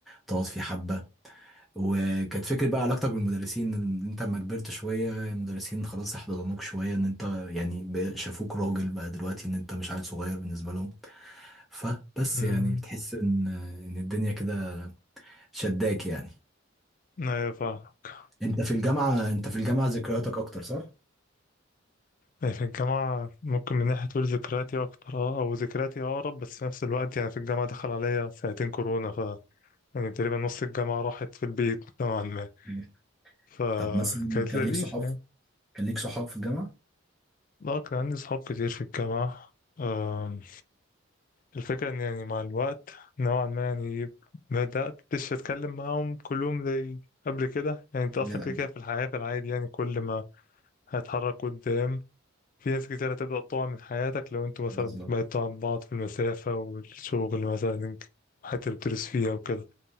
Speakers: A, in the centre; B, on the left.
A: تقعد في حبه وكانت فكرة بقى علاقتك بالمدرسين ان انت لما كبرت شوية المدرسين خلاص احتضنوك شوية ان انت يعني بقى- شافوك راجل بقى دلوقتي ان انت مش عيل صغير بالنسبة لهم فبس
B: امم
A: يعني بتحس ان ان الدنيا كده شداك يعني
B: ايوه فاهمك
A: انت في الجامعة انت في الجامعة ذكرياتك اكتر صح؟
B: يعني في الجامعة ممكن من ناحية تقول ذكرياتي أكتر اه أو ذكرياتي أقرب بس في نفس الوقت يعني في الجامعة دخل عليا سنتين كورونا ف يعني تقريبا نص الجامعة راحت في البيت نوعا ما
A: أيوة.
B: فكانت
A: طب مثلا كان
B: لذيذة
A: ليك صحاب
B: يعني
A: كان ليك صحاب في الجامعة؟
B: اه كان عندي صحاب كتير في الجامعة آم، الفكرة إن يعني مع الوقت نوعا ما يعني بدأت مش أتكلم معاهم كلهم زي قبل كده يعني أنت أصلا
A: زي الأول.
B: كده كده في الحياة في العادي يعني كل ما هتحرك قدام في ناس كتير هتبدأ تقع من حياتك لو انتوا مثلا
A: بالظبط
B: بعدتوا عن بعض في المسافة والشغل مثلا الحتة اللي بتدرس فيها وكده